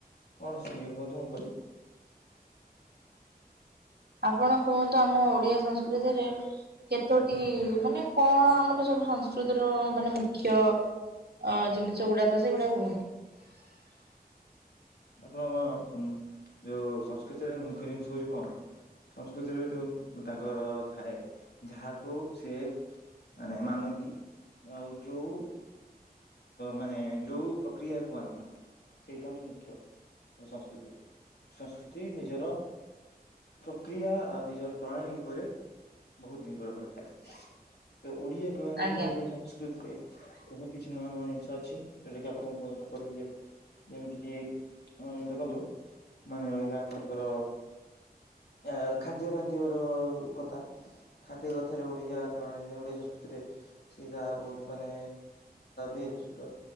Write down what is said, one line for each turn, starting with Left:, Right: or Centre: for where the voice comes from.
Left: କଣ ଶୁଇବ <unintelligible> ମୁଁ କହିବି।
Right: ଆପଣ କୁହନ୍ତୁ ଆମ ଓଡିଆ ସଂସ୍କୃତିରେ କେତୋଟି ମାନେ କଣ ଆମର ସବୁ ସଂସ୍କୃତିର ମାନେ ମୁଖ୍ୟ। ଅଁ ଜିନିଷ ଗୁଡାକ ସେଇଗୁଡାକୁ
Left: ଆପଣଙ୍କ ଯୋଉ ସଂସ୍କୃତିରେ ମୁଖ୍ୟ ଜିନିଷ ହଉଛି କଣ? ସଂସ୍କୃତିରେ ଯୋଉ ତାଙ୍କର ଥାଏ ଯାହାକୁ ସିଏ ମାନେ ମାନନ୍ତି ଆଉ ଯୋଉ ମାନେ ଯୋଉ ପ୍ରକ୍ରିୟାକୁ ମାନନ୍ତି ସେଇଟା ହଉଛି ମୁଖ୍ୟ। ସଂସ୍କୃତିର ସଂସ୍କୃତି ନିଜର ପ୍ରକ୍ରିୟା ଆଉ ନିଜର ପ୍ରଣାଳୀ ଉପରେ ବହୁତ ଦିନ ପରେ ପଡ଼ିଥାଏ। ତ ଓଡ଼ିଆ ବିଭାଗରେ
Right: ଆଜ୍ଞା
Left: ଓଡ଼ିଆ ସଂସ୍କୃତିରେ ବହୁତ କିଛି ନୂଆ ନୂଆ ଜିନିଷ ଅଛି ଯୋଉଟା କିି ଆପଣଙ୍କୁ କହିବେ। ଯେମିତି କିି ଉଁ ଦେଖନ୍ତୁ ମାନେ ରହିଲା ଆପଣଙ୍କର ଆ ଖାଦ୍ୟ ଫାଦ୍ୟ ର କଥା। ଖାଦ୍ୟ କଥାରେ ଓଡ଼ିଆ ପ୍ରାଣୀରେ ଓଡ଼ିଆ ସଂସ୍କୃତିରେ ସିଧା ବହୁତ ମାନେ ଭେଜ ଅ